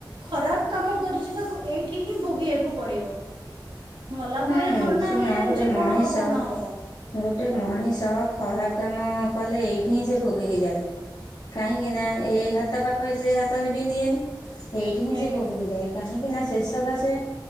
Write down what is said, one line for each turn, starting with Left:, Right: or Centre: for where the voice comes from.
Right: ଖରାପ କାମ କରିଛି ତାକୁ ଏଇଠି ହିଁ ଭୋଗିବାକୁ ପଡିବ। ମଲାପରେ
Left: ହୁଁ
Right: ଥୁଡିନା
Left: ଶୁଣ
Right: ଆମେ ଜାଣିଛେ
Left: ଗୋଟେ ମଣିଷ
Right: କଣ ହବ ନହବ।
Left: ଗୋଟେ ମଣିଷ ଖରାପ କାମ କଲେ ଏଇଠି ହିଁ ସେ ଭୋଗିକି ଯାଏ। କାହିଁକି ନା ଏଇ ହାତ ପାପ ସେ ହାତ ବି ନିଏନି ଏଇଠି ହିଁ ସେ
Right: ଆଜ୍ଞା
Left: ଭୋଗକି ଯାଏ। କାହିଁକି ନା ସେ ସକାଶେ